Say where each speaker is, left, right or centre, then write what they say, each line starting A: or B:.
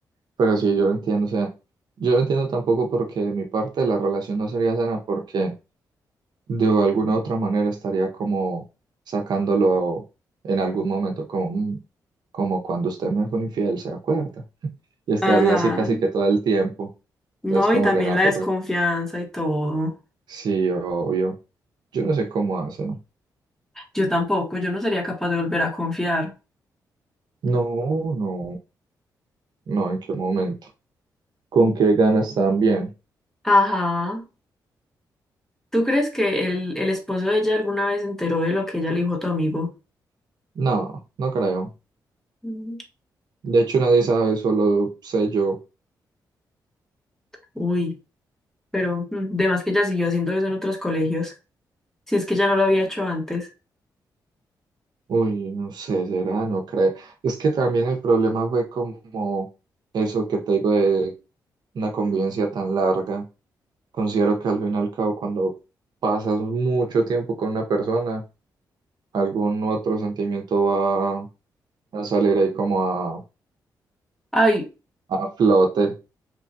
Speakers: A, on the right; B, in the centre.
A: Pero sí, yo entiendo, o sea, yo entiendo tampoco porque de mi parte la relación no sería sana porque de alguna otra manera estaría como sacándolo en algún momento, como, "Mm, como cuando usted me fue infiel, ¿se acuerda? <laughs> Y estaría
B: Ajá.
A: así casi que todo el tiempo.
B: No,
A: Entonces como
B: y también
A: que tampoco,
B: la desconfianza y todo.
A: sí, obvio. Yo no sé cómo hacen.
B: Yo tampoco, yo no sería capaz de volver a confiar.
A: No, no, no, ¿en qué momento? ¿Con qué ganas están bien?
B: Ajá. ¿Tú crees que el, el esposo de ella alguna vez se enteró de lo que ella le dijo a tu amigo?
A: No, no creo.
B: Mm.
A: De hecho nadie sabe, solo sé yo.
B: Uy, pero mm, de más que ella siguió haciendo eso en otros colegios. Si es que ya no lo había hecho antes.
A: Uy, no sé, será, no creo. Es que también el problema fue como eso que te digo de una convivencia tan larga. Considero que al fin y al cabo, cuando pasas mucho tiempo con una persona, algún otro sentimiento va a salir ahí como a,
B: Ay,
A: a flote.